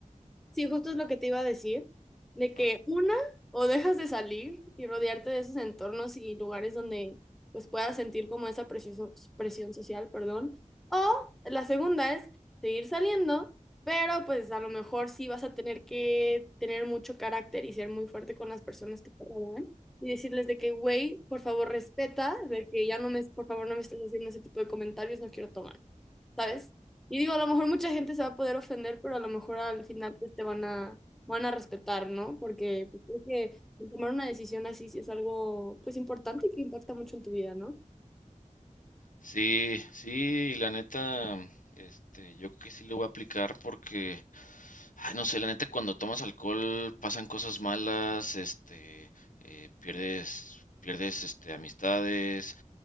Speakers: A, in the centre; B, on the left (about 75°).
A: Sí, justo es lo que te iba a decir, de que
B: no?
A: una, o dejas de salir y rodearte de esos entornos y lugares donde pues puedas sentir como esa presión, presión social, perdón, o la segunda es seguir saliendo, pero pues a lo mejor sí vas a tener que tener mucho carácter y ser muy fuerte con las personas que te rodean y decirles de que, güey, por favor respeta, de que ya no me, por favor no me estés haciendo ese tipo de comentarios, no quiero tomar. ¿sabes? Y digo, a lo mejor mucha gente se va a poder ofender, pero a lo mejor al final pues te van a, van a respetar, ¿no? Porque pues, creo que tomar una decisión así sí es algo pues importante y que impacta mucho en tu vida, ¿no?
B: Sí, sí, la neta, este, yo creo que sí lo voy a aplicar porque Ay, no sé, la neta, cuando tomas alcohol pasan cosas malas, este, eh, pierdes, pierdes, este, amistades,